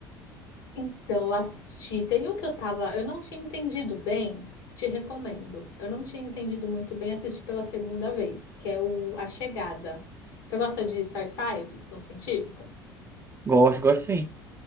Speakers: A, on the left; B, on the right.
A: Então, eu assisti. Tem um que eu tava, eu não tinha entendido bem, te recomendo. Eu não tinha entendido muito bem, assisti pela segunda vez, que é o A Chegada. Você gosta de sci-fi, ficção científica?
B: Gosto, gosto sim.